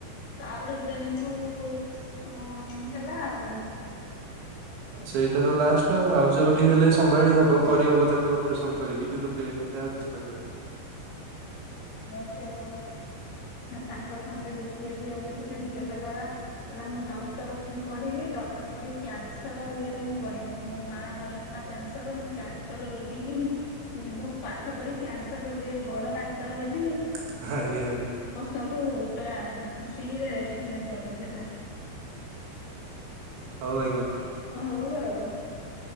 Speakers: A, on the left; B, on the right.
A: ତାପରେ ବ୍ରେନ କୁ ହେଲା ଆଉ
B: ସେଇଟା ତ ଲାଷ୍ଟ ଆଉ ଯୋଉଁଠି ହେଲେ ସମ୍ଭାଳି ହବ କରିହବ ତାକୁ ଅପରେସନ କରିକି। କିନ୍ତୁ ବ୍ରେନ ହେଲେ ଆଉ କିଛି କରି ହବନି।
A: ଆଉ ସେ ତାଙ୍କ ସାଙ୍ଗେ ଗୋଟିଏ ଝିଅ ବୋଲିନି ସେ ଝିଅ କଲା କହିଲା ମୁଁ ଡକ୍ଟର ପଢ଼ିବି ଡକ୍ଟରି କ୍ୟାନସର ଇଏରେ ମୁଁ ପଢ଼ିମିନି ମୋ ନାଁ ମରିଗଲା କ୍ୟାନସର କ୍ୟାନସର ରୋଗୀ କି ମୁଁ ପାଠ ପଢ଼ି କ୍ୟାନସର ରୋଗୀରେ ବଡ଼ ଡାକ୍ତର ହେବି।
B: <unintelligible>
A: ତାଙ୍କୁ ପୁରା ଫ୍ରି ରେ ଟ୍ରିଟମେଣ୍ଟ କରିନି ସେ
B: ହଉଁ ଆଜ୍ଞା।
A: ହଉଁ ଆଉ।